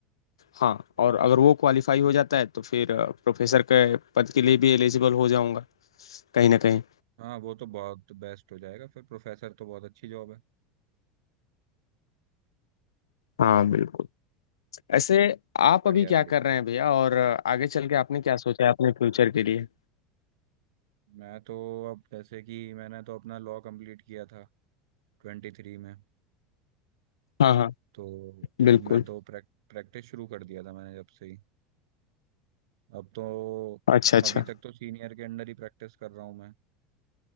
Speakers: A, on the left (about 80°); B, on the right (about 75°).
A: हाँ और अगर वो क्वालिफाई हो जाता है तो फिर प्रोफेसर के पद के लिए भी एलिजिबल हो जाऊंगा कहीं ना कहीं
B: हाँ वो तो बहुत बेस्ट हो जाएगा फिर प्रोफेसर तो बहुत अच्छी जॉब है
A: हाँ बिल्कुल ऐसे
B: नहीं
A: आप
B: बढ़िया
A: अभी क्या
B: बढ़िया
A: कर रहे हैं भैया और अ, आगे चल के आपने क्या सोचा है अपने फ्यूचर के लिए
B: मैं तो अब जैसे कि मैंने तो अपना लॉ कंप्लीट किया था ट्वेंटी थ्री में
A: हाँ हाँ
B: तो
A: बिल्कुल
B: अब मैं तो प्रैक, प्रैक्टिस शुरू कर दिया था मैंने जब से ही अब तो
A: अच्छा अच्छा
B: अभी तक तो सीनियर के अंडर ही प्रैक्टिस कर रहा हूँ मैं